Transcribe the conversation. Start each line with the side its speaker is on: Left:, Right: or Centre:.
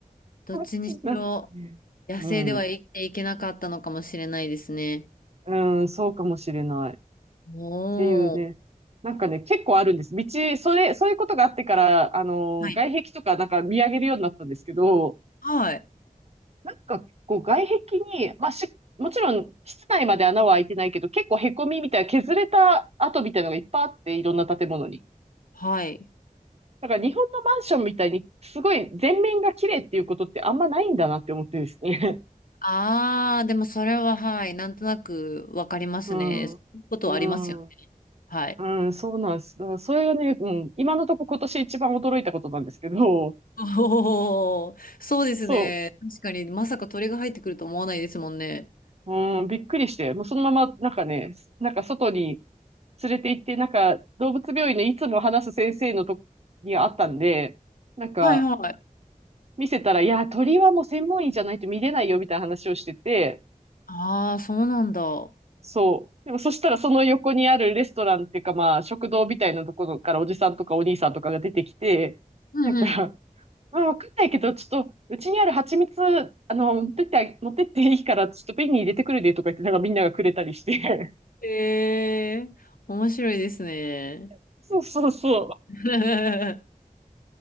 Left: どっちにしろ
Right: う。なんかね、
Left: 野生では生きていけなかったのかもしれないですね。
Right: うん。うん、そうかもしれない。っ
Left: おー。
Right: ていうね。なんかね、結構あるんです。道、それ、そういうことがあってから、あの、
Left: はい。
Right: 外壁とかなんか見上げるようになったんですけど、
Left: はい。
Right: なんか、こう、外壁に、まあし、もちろん、室内まで穴は開いてないけど、結構凹みみたいな、削れた跡みたいなのがいっぱいあって、いろんな建物に。
Left: はい。
Right: だから、日本のマンションみたいに、すごい全面が綺麗っていうことってあんまないんだなって思ってですね。<laughs>
Left: ああ、でもそれは、はい、なんとなくわかりますね。
Right: うん。
Left: そういうことはありますよね。
Right: うん。
Left: はい。
Right: うん、そうなんです。だからそれがね、うん、今のとこ今年一番驚いたことなんですけど、
Left: <laughs> おお、そうですね。
Right: そ
Left: 確かに、まさか鳥が入ってくると思わないですもんね。
Right: う。うん、びっくりして、もうそのまま、なんかね、なんか外に連れて行って、なんか、動物病院のいつも話す先生のとこにあったんで、なんか、
Left: はいはい。
Right: 見せたら、いや、鳥はもう専門医じゃないと見れないよ、みたいな話をしてて、
Left: ああ、そうなんだ。
Right: そう。でもそしたらその横にあるレストランっていうかまあ食堂みたいなところからおじさんとかお兄さんとかが出てきて、
Left: うんうん。
Right: なんか、<laughs> まあわかんないけど、ちょっとうちにある蜂蜜、あの、持ってって、持ってっていいからちょっと瓶に入れてくるでとか言って、なんかみんながくれたりして。
Left: へえ、面白いですね。
Right: <laughs> そうそうそう。
Left: <laughs>